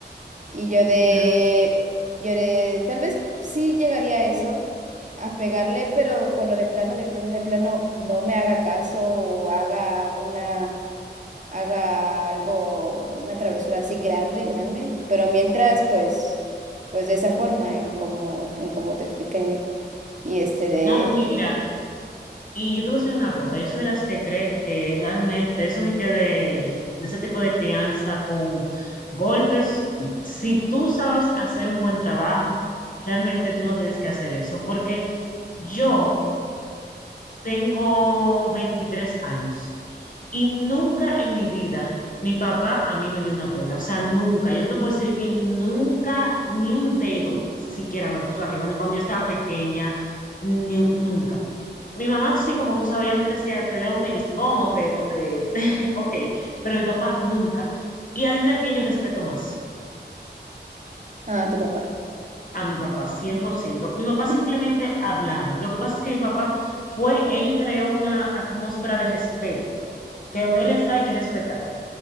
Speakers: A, on the right (about 45°); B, on the left (about 50°).
A: Y yo de,
B: Mm,
A: yo de, tal vez sí llegaría a eso, a pegarle, pero cuando de plano, de plano, de plano, no me haga caso o haga una, haga algo, una travesura así grande, grande. Pero mientras, pues, pues de esa forma, en como, en como te expliqué, y este de,
B: No, mira, y yo te voy a decir una cosa, yo soy de las que cree que realmente eso de que de, de ese tipo de crianza con golpes, si tú sabes hacer un buen trabajo, realmente tú no tienes que hacer eso, porque yo Tengo 23 años y nunca en mi vida mi papá a mí me dio una pela. O sea, nunca. Yo no te puedo decir que él nunca, ni un dedo siquiera me puso arriba, ni cuando yo estaba pequeña, ni, un- nunca. Mi mamá sí, como que tú sabes, yo a veces te hacía, te da un pellizcón o te, o te, <laughs> ok, pero mi papá nunca. Y adivina quién yo respeto más
A: ah, tu papá.
B: a mi papá, cien por ciento Mi papá simplemente
A: <laughs>
B: hablaba. Lo que pasa es que mi papá fue, él creó una atmósfera de respeto, que donde él está hay que respetar.